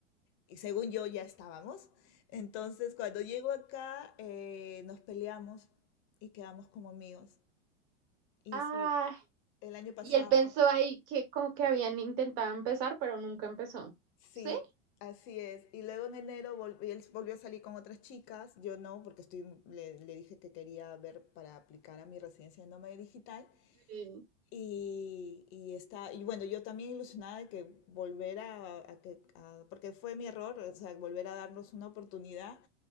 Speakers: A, on the left (about 35°); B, on the right (about 50°).
A: y según yo ya estábamos. Entonces, cuando llego acá, eh, nos peleamos y quedamos como amigos. Y
B: Ah,
A: sí, el año pasado.
B: y él pensó ahí que como que habían intentado empezar, pero nunca empezó.
A: Sí,
B: ¿Sí?
A: así es. Y luego en enero volví- él volvió a salir con otras chicas, yo no, porque estoy, le, le dije que quería ver para aplicar a mi residencia de nómada digital.
B: Sí.
A: Y, y está, y bueno, yo también ilusionada de que volver a, a que, a- porque fue mi error, o sea, volver a darnos una oportunidad.